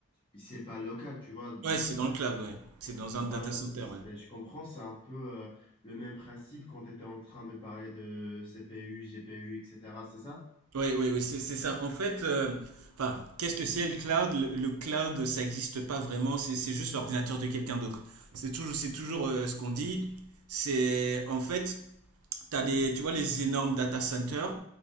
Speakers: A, on the left (about 25°); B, on the right (about 85°).
A: c'est pas local, tu vois.
B: Ouais, c'est dans le cloud, ouais. C'est dans un
A: Voilà,
B: data center,
A: c'est- c'est-
B: ouais.
A: je comprends, c'est un peu euh, le même principe quand tu étais en train de parler de CPU, GPU, etc. C'est ça?
B: Oui, oui, oui, c'est c'est ça. En fait, euh, enfin, qu'est-ce que c'est le cloud? Le, le cloud, ça n'existe pas vraiment, c'est c'est juste l'ordinateur de quelqu'un d'autre. C'est toujours, c'est toujours euh, ce qu'on dit. C'est en fait, t'as des, tu vois les énormes data centers